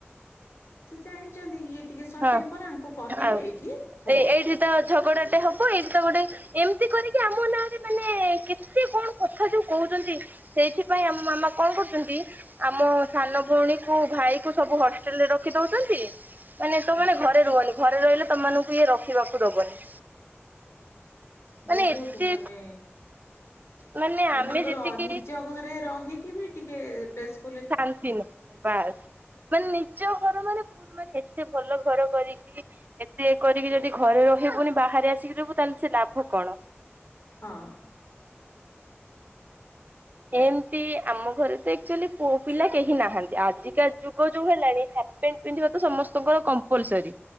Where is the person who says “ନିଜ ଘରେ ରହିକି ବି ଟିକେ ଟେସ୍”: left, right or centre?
Left